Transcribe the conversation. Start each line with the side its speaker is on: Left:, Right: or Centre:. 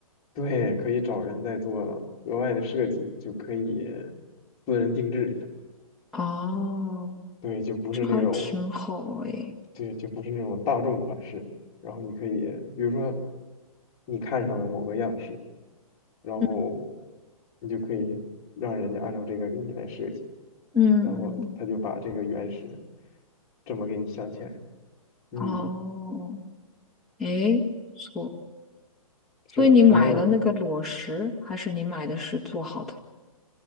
Left: 对，可以找人再做额外的设计，就可以私人定制一下。
Centre: 哦，
Left: 对，就不是那种，
Centre: 这还挺好诶，
Left: 对，就不是那种大众款式。然后你可以，比如说你看上了某个样式，然后
Centre: 嗯
Left: 你就可以让人家按照这个给你来设计。
Centre: 嗯嗯，
Left: 然后他就把这个原石这么给你镶嵌上。嗯，
Centre: 哦，诶，不错，所以你买的那个裸石，
Left: 是的，还蛮有
Centre: 还是你买的是做好的？